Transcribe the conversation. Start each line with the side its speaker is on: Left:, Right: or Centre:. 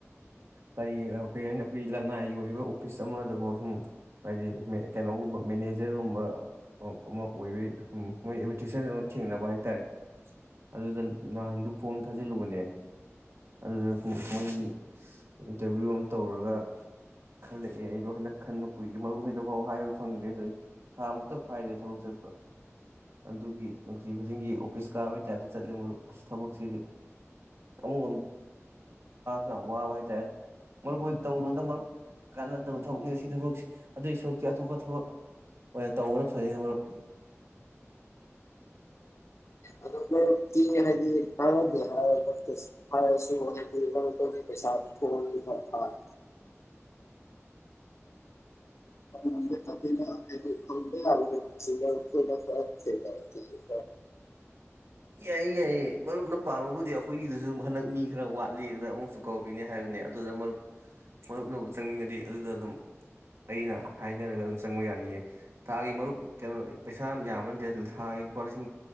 Right: ꯀꯔꯤ ꯀꯔꯤ ꯍꯥꯏꯅꯤ ꯑꯩꯈꯣꯏꯒꯤ ꯂꯅꯥꯏꯒꯤ ꯑꯣꯏꯕ ꯑꯣꯐꯤꯁ ꯑꯃꯗꯕꯨꯣ ꯁꯨꯝ ꯍꯥꯏꯗꯤ ꯀꯩꯅꯣꯒꯨꯝꯕ ꯃꯦꯅꯦꯖꯔꯒꯨꯝꯕ ꯑꯃ ꯑꯣꯏꯕ ꯃꯣꯏ ꯑꯦꯚꯔꯇꯤꯁꯟ ꯊꯦꯡꯅꯕ ꯍꯥꯏꯇꯥꯔꯦ ꯑꯗꯨꯗ ꯅꯍꯥꯟꯗꯨ ꯐꯣꯝ ꯊꯥꯖꯤꯜꯂꯨꯕꯅꯦ ꯑꯗꯨꯗ ꯃꯣꯏꯒꯤ ꯏꯟꯇꯔꯚꯤꯌꯨ ꯑꯃ ꯇꯧꯔꯒ ꯈꯜꯂꯛꯑꯦ ꯑꯩꯗꯣ ꯍꯟꯗꯛ ꯈꯟꯕ ꯀꯨꯏꯔꯦ ꯃꯔꯨꯞ ꯍꯣꯢꯗꯐꯥꯎ ꯍꯥꯏꯕ ꯐꯪꯗ꯭ꯔꯤ ꯊꯥ ꯃꯨꯛꯇ ꯐꯥꯔꯤꯗ ꯊꯕꯛ ꯆꯠꯄ ꯑꯗꯨꯒꯤ ꯅꯨꯡꯇꯤ ꯈꯨꯗꯤꯡꯒꯤ ꯑꯣꯐꯤꯁ ꯀꯥꯕꯒꯤ ꯇꯥꯏꯞꯇ ꯆꯠꯂꯦ ꯃꯔꯨꯞ ꯑꯁ ꯊꯕꯛꯁꯤꯗꯤ ꯀꯃꯨꯛ ꯅ ꯋꯥ ꯋꯥ ꯋꯥ ꯇꯦ <inaudible> ꯃꯔꯨꯞ ꯑꯣꯏꯅ ꯇꯧꯅꯨꯗ ꯃꯔꯨꯞ ꯀꯥꯟꯅꯗꯕ ꯊꯕꯛꯅꯤ ꯁꯤ ꯊꯕꯛꯁꯤ ꯑꯗꯨꯒꯤ ꯁꯔꯨꯛꯇꯤ ꯑꯇꯣꯞꯄ ꯊꯕꯛ ꯑꯣꯏꯅ ꯇꯧꯕꯅ ꯐꯩ ꯃꯔꯨꯞ <unintelligible>
Left: ꯑꯗꯨ ꯍꯥꯏꯗꯤ ꯇꯥꯔ <inaudible> ꯍ ꯁꯤ ꯀ ꯄꯩꯁ ꯐ <inaudible> ꯀꯅꯗꯤ ꯐ ꯐ <inaudible>
Right: ꯌꯥꯏꯌꯦ ꯌꯥꯏꯌꯦ ꯃꯔꯨꯞꯅ ꯄꯥꯝꯃꯕꯨꯗꯤ ꯑꯩꯈꯣꯏꯒꯤꯗꯨꯁꯨ ꯍꯟꯗꯛ ꯃꯤ ꯈꯔ ꯋꯥꯠꯂꯤ ꯑꯗ ꯑꯃꯨꯛꯁꯨ ꯀꯧꯈꯤꯅꯤ ꯍꯥꯏꯕꯅꯦ ꯑꯗꯨꯗ ꯃꯔꯨꯞ ꯃꯔꯨꯞꯅ ꯆꯪꯅꯤꯡꯉꯗꯤ ꯑꯗꯨꯗ ꯑꯗꯨꯝ ꯑꯩꯅ ꯍꯥꯏꯅꯔꯒ ꯑꯗꯨꯝ ꯆꯪꯕ ꯌꯥꯅꯤꯌꯦ ꯊꯥꯒꯤ ꯃꯔꯨꯞ ꯀꯩꯅꯣ ꯄꯩꯁꯥ ꯌꯥꯝ ꯌꯥꯝꯕ ꯅꯠꯇꯦ ꯊꯥꯒꯤ ꯂꯨꯄꯥ ꯂꯤꯁꯤꯡ